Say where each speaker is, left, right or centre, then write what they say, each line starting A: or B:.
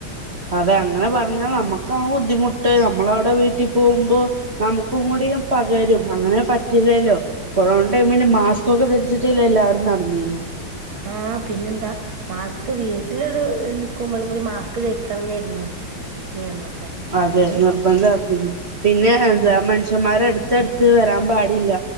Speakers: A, on the right; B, on the right.
A: അതെ അങ്ങനെ പറഞ്ഞാൽ നമ്മക്കാ ബുദ്ധിമുട്ട് നമ്മ നമ്മളവിടെ വീട്ടി പോവുമ്പോ നമുക്കും കൂടിയും പകരും അങ്ങനെ പറ്റില്ലല്ലോ കൊറോണ്ടൈമില് മാസ്ക് ഒക്കെ ധരി ച്ചിട്ടല്ലേല്ലാവരും നടന്നീനെ
B: ആ പിന്നെന്താ മാസ്ക് വീട്ടിലൊരു നിക്കുമ്പോളും കൂടി മാസ്ക് ധരിക്കണന്നായിരുന്നു നിയമം പക്ഷെ
A: അതെ നിർ ബദ്ധാക്കീനി പിന്നെ എന്താ
B: ഉം
A: മനുഷ്യന്മാരെ ട് ത്തെട്ത്ത് വരാൻ പാടില്ല